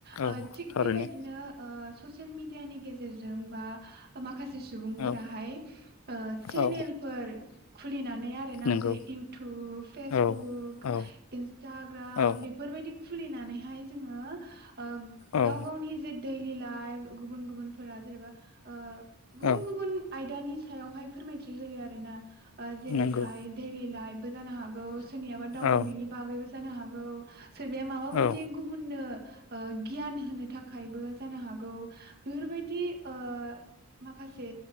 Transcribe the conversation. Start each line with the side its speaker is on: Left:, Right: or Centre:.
Right: ओ
Left: औ
Right: थिग
Left: थारैनो
Right: बेबायदिनो ओ ससेल मिदियानि गेजेरजों बा ओ माखासे से सुबुंफोराहाय
Left: औ
Right: ओ सेनेलफोर
Left: औ
Right: खुलिनानै आरोना
Left: नंगौ
Right: जेरै इउथुब, फेसबुक,
Left: औ औ
Right: इन्सटाग्राम
Left: औ
Right: बेफोरबायदि खुलिनानैहाय जोङो ओ
Left: औ
Right: गाव गावनि जे देइलि लाइफ गुबुन गुबुनफोरा जेरेबा ओ गुबुन
Left: औ
Right: गुबुन आयदानि सायावहाय फोरमायथि होयो आरोना। ओ जेरैहाय
Left: नंगौ
Right: देइलि लाइफबो जानो हागौ सोरनियाबा दावबायनायनि
Left: औ
Right: बागैबो जानो हागौ। सोरबाया माबा मोनसे
Left: औ
Right: गुबुननो ओ गियान होनो थाखायबो जानो हागौ बेफोरबायदि ओ माखासे